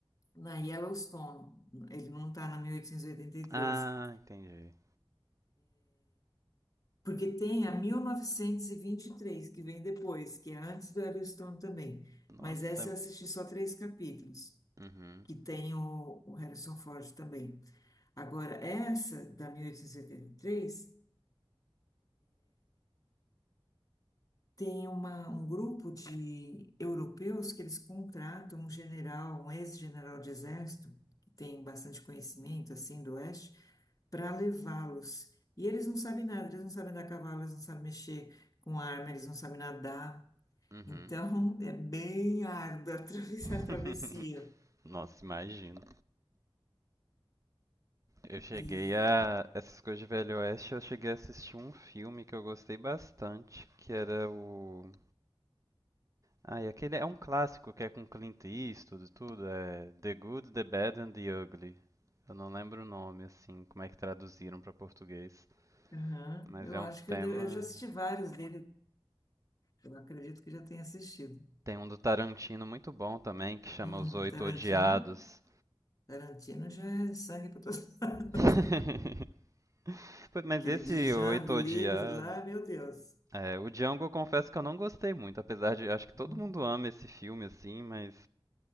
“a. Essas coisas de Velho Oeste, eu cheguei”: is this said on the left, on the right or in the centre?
Right